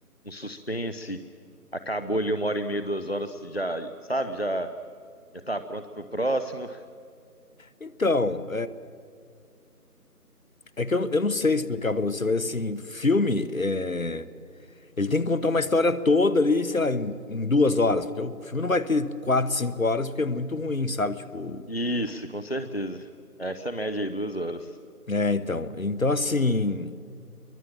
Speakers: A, on the left; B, on the left.
A: um suspense. Acabou ali uma hora e meia, duas horas, você já, sabe? Já, já tá pronto pro próximo.
B: Então, é, é que eu, eu não sei explicar pra você, mas assim, filme, é, ele tem que contar uma história toda ali, sei lá, em, em duas horas. Porque o filme não vai ter quatro, cinco horas, porque é muito ruim, sabe? Tipo,
A: Isso, com certeza. Essa é a média aí, duas horas.
B: é, então. Então, assim,